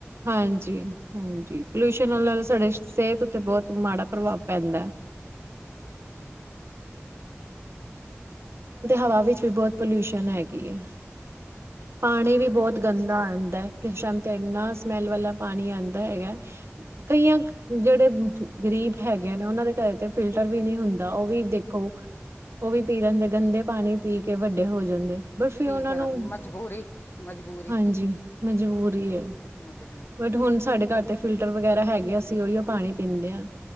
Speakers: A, on the right; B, on the left.
A: ਹਾਂਜੀ- ਹਾਂਜੀ। ਪੋਲਿਊਸ਼ਨ ਨਾਲ- ਨਾਲ ਸਾਡੇ- ਸਿਹਤ ਉੱਤੇ ਬੋਤ ਮਾੜਾ- ਪ੍ਰਭਾਵ ਪੈਂਦਾ ਐ। ਹਵਾ ਵਿੱਚ ਵੀ ਬੋਤ ਪੋਲਿਊਸ਼ਨ ਹੈਗੀ ਏ। ਪਾਣੀ ਵੀ ਬੋਤ ਗੰਦਾ ਆਂਦਾ ਏ। ਕਿਸੇ ਟੈਮ ਤੇ ਇੰਨਾ ਸਮੈਲ ਵਾਲਾ ਪਾਣੀ ਆਂਦਾ ਹੈਗਾ। ਕਈਆਂ ਜਿਹੜੇ ਗ਼ਰੀਬ ਹੈਗੇ ਨੇ, ਉਹਨਾਂ ਦੇ ਘਰੇ ਤੇ ਫਿਲਟਰ ਵੀ ਨੀ ਹੁੰਦਾ, ਉਹ ਵੀ ਦੇਖੋ- ਉਹ ਵੀ ਪੀ ਲੈਂਦੇ। ਗੰਦੇ ਪਾਣੀ ਪੀ ਕੇ ਵੱਡੇ ਹੋ ਜਾਂਦੇ। ਬਟ ਫਿਰ
B: ਕੀ
A: ਉਹਨਾਂ
B: ਕਰਾਂ।
A: ਨੂੰ
B: ਮਜਬੂਰੀ -ਮਜਬੂਰੀ-
A: ਹਾਂਜੀ ਮਜਬੂਰੀ ਹੈ
B: ਮਜਬੂ-
A: ਬਟ ਹੁਣ ਸਾਡੇ ਘਰ ਤੇ ਫਿਲਟਰ ਵਗੈਰਾ ਹੈਗੇ। ਅਸੀਂ ਉਹੀਓ ਪਾਣੀ ਪੀਂਦੇ ਆਂ।